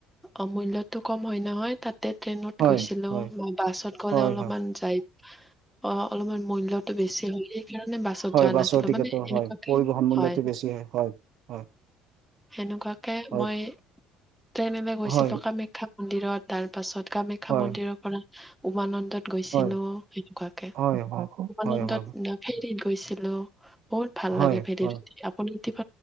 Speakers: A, in the centre; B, on the right.
A: অ' মূল্যটো কম হয়, নহয় তাত। তাতে ট্ৰেইনত
B: হয়
A: গৈছিলো,
B: হয়
A: ম, বাছত গ'লে
B: হয়
A: অলপমান
B: হয়
A: যাই অ'। অলপমান মুল্যটো বেছি হয়, সেইকাৰণে বাছত
B: হয়
A: যোৱা
B: বাছৰ
A: নাছিলো
B: টিকেটৰ
A: মানে এনেকুৱাকে
B: হয় পৰিবহন মূল্যটো
A: হয়।
B: বেছি হয় হয় হয়
A: সেনেকুৱাকে,
B: হয়
A: মই ট্ৰেইনেৰে গৈছিলো
B: হয়
A: কামাখ্যা মন্দিৰত, তাৰ পাছত কামাখ্যা
B: হয়
A: মন্দিৰৰ পৰা উমানন্দত গৈছিলো,
B: হয়
A: সেনেকুৱাকে
B: হয়, হয়।
A: উমানন্দত,
B: হয় হয় হয়
A: ফেৰিত গৈছিলো। বহুত ভাল
B: হয়
A: লাগে ফেৰিত
B: হয়
A: উঠি, আপুনি উঠি